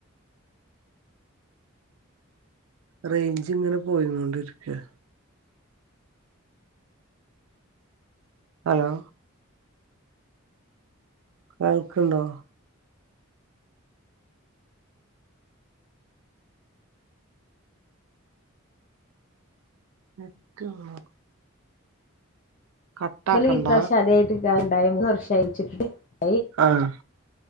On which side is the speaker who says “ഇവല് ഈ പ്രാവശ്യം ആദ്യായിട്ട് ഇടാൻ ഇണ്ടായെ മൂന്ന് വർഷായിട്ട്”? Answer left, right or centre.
Left